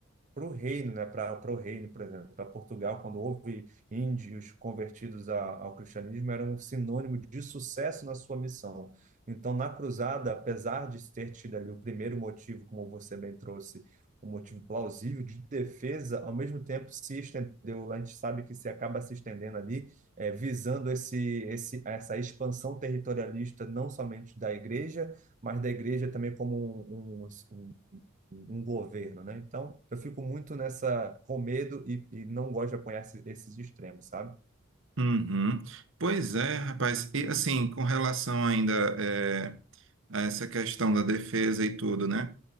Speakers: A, on the right (about 40°); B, on the right (about 65°).
A: o reino, né? Para o reino, por exemplo, para Portugal, quando houve índios convertidos a, ao cristianismo, era um sinônimo de sucesso na sua missão. Então, na cruzada, apesar de ter tido ali o primeiro motivo, como você bem trouxe, um motivo plausível de defesa, ao mesmo tempo se estendeu. A gente sabe que se acaba se estendendo ali, eh, visando esse, esse, essa expansão territorialista, não somente da igreja, mas da igreja também como um, um, um um governo, né? Então, eu fico muito nessa, com medo e, e não gosto de apoiar esse- esses extremos, sabe?
B: Uhum. Pois é, rapaz. E assim, com relação ainda eh, a essa questão da defesa e tudo, né?